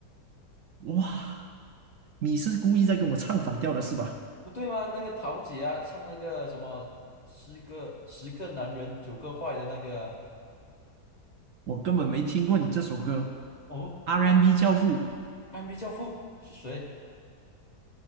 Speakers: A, on the right; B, on the left.
A: 哇，你是故意在跟我唱反调的是吧？
B: 不对吗？那个陶姐啊，唱那个什么十个十个男人九个坏的那个啊
A: 我根本没听过你这首歌
B: 哦。
A: ，R&B
B: 那
A: 教父
B: 暗壁教父是谁？